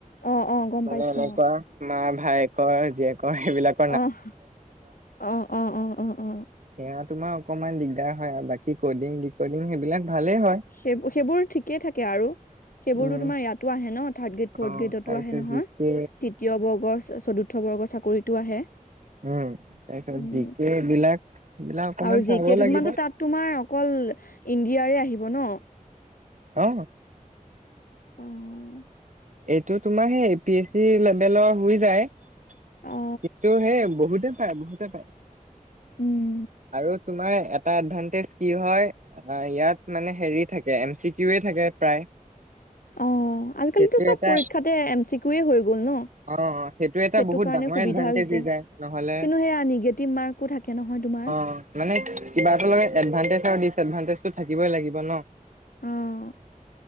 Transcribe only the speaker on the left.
অ অ গম
পাইছো
অহ অ অ অ অ অ
সেই সেইবোৰ ঠিকেই থাকে আৰু সেইবোৰতো
তোমাৰ ইয়াতো আহে ন থাৰ্ড গ্ৰেড ফ'ৰ্থ
গ্ৰেডতো
আহে নহয়।
তৃতীয়
বৰ্গৰ চতুৰ্থ বৰ্গৰ চাকৰিটো আহে।
উম
আৰু জি
কেটো
তোমাৰতো তাত তোমাৰ অকল ইণ্ডিয়াৰে আহিব ন।
উম
অ
উম,
অহ, আজিকালিতো
চব
পৰীক্ষাতে এম চি কিউয়ে হৈ গ'ল ন।
সেইটো
কাৰণে
সুবিধা
হৈছে
কিন্তু সেয়া নিগেটিভ মাৰ্কো থাকে নহয় তোমাৰ।
অহ,